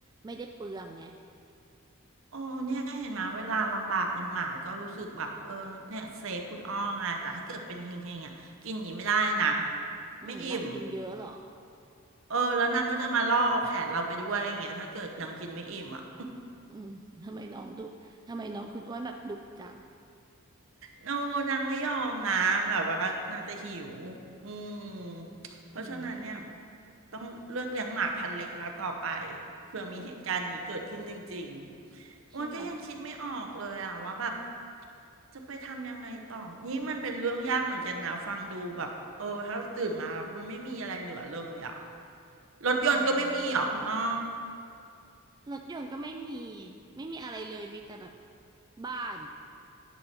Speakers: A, on the right (about 20°); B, on the right (about 65°).
A: ไม่ได้เปลืองไง
B: โอ้เนี่ยเห็นไหมเวลาลำบากในยหมาก็รู้สึกแบบเออเนี่ยเซฟคุณอ้อไงแต่ถ้าเกิดเป็นเฮงๆอ่ะกินอย่างนี้ไม่ได้นะ
A: อืมนางกินเยอะเหรอ
B: ไม่อิ่มเออแล้วนางก็จะมาล่อเอาแขนเราไปด้วยอย่างเงี้ยถ้าเกิดนางกินไม่อิ่มอ่ะ
A: อืมทำไมน้องดุทำไมน้องคุณอ้วนแบบดุจัง
B: โอ้นางไม่ยอมนะแบบว่านางจะหิวอืมเพราะฉะนั้นเนี่ย
A: อืม
B: ต้องเลือกเลี้ยงหมาพันธุ์เล็กแล้วต่อไปเผื่อมีเหตุการณ์อย่างนี้เกิดขึ้นจริงๆอ้วนก็ยังคิดไม่ออกเลยอ่ะว่าแบบ
A: ใช่ไหม
B: จะไปทำยังไงต่อ นี่มันเป็นเรื่องยากเหมือนกันนะฟังดูแบบเออ ถ้าตื่นมาแล้วมันไม่มีอะไรเหลือเลยอ่ะรถยนต์ก็ไม่มีเหรอคุณอ้อ
A: อืม รถยนต์ก็ไม่มีไม่มีอะไรเลยมีแต่แบบบ้าน